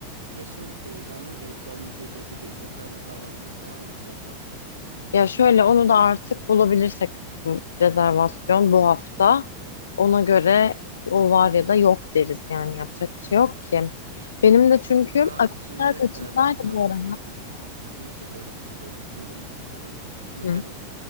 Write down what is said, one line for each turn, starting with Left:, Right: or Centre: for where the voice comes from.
Right: Ya şimdi Beyza'nın gelip gelmeyeceği belli değil. Otel rezervasyonu falan nasıl olacak?
Left: Ya şöyle onu da artık bulabilirsek bu rezervasyon bu hafta. Ona göre o var ya da yok deriz yani yapacak bir şey yok ki. Benim de çünkü
Right: Ya
Left: akşamlar
Right: şimdi
Left: kaçındaydı
Right: e, bak nasıl
Left: bu arada.
Right: şu- şu- şunu se- demek istiyorum. Şunu demek istiyorum. Mesela
Left: Hı.